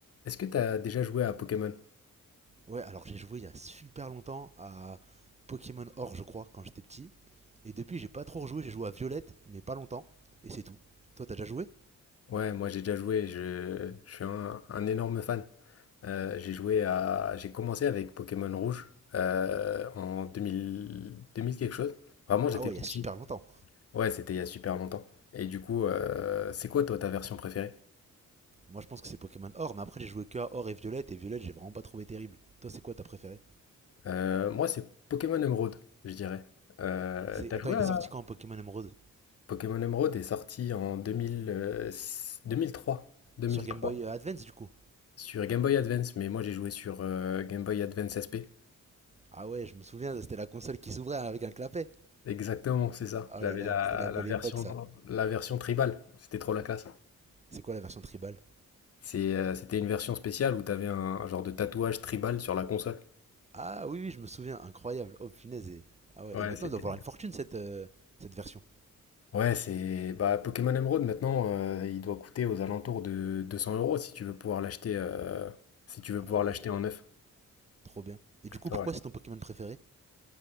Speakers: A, on the left; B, on the right.
A: Est-ce que t'as déjà joué à Pokémon?
B: Ouais, alors j'ai joué il y a super longtemps à Pokémon Or, je crois, quand j'étais petit. Et depuis, j'ai pas trop rejoué. J'ai joué à Violette, mais pas longtemps. Et c'est tout. Toi, t'as déjà joué
A: Ouais, moi j'ai déjà joué, je, je suis un, un énorme fan. Euh, j'ai joué à, j'ai commencé avec Pokémon Rouge euh, en deux mille deux mille quelque chose. Vraiment, j'étais
B: Ah ouais,
A: tout
B: il y a
A: petit.
B: super longtemps.
A: Ouais, c'était il y a super longtemps. Et du coup, euh, c'est quoi toi ta version préférée?
B: Moi, je pense que c'est Pokémon Or, mais après, j'ai joué que à Or et Violette. Et Violette, j'ai vraiment pas trouvé terrible. Toi, c'est quoi ta préférée
A: Euh, moi, c'est Pokémon Emeraude, je dirais. Euh,
B: C'est
A: t'as
B: Attends,
A: joué
B: il
A: à
B: est sorti quand Pokémon Emerald
A: Pokémon Emeraude est sorti en 2000, euh, deux mille trois deux
B: Sur
A: mille
B: Game
A: trois
B: Boy euh, Advance, du coup
A: sur Game Boy Advance, mais moi j'ai joué sur euh, Game Boy Advance SP.
B: Ah ouais, je me souviens, c'était la console qui s'ouvrait avec un clapet.
A: Exactement, c'est ça.
B: Oh
A: J'avais
B: là là,
A: la
B: c'était la belle
A: la version
B: époque, ça.
A: la version tribale. c'était trop la classe.
B: C'est quoi la version tribal
A: C'est, heu, c'était une version spéciale où t'avais un un genre de tatouage tribal sur la console.
B: Ah oui, oui, je me souviens. Incroyable. Oh, punaise. et- Ah ouais,
A: Ouais,
B: et maintenant,
A: c'était
B: elle doit valoir une fortune, cette, euh, cette version.
A: ouais, c'est bah, Pokémon Emeraude maintenant, heu, il doit coûter aux alentours de 200 euros si tu veux pouvoir l'acheter, heu, si tu veux
B: Ah
A: pouvoir
B: ouais,
A: l'acheter en neuf.
B: trop bien. Et du coup,
A: Ouais.
B: pourquoi c'est ton Pokémon préféré?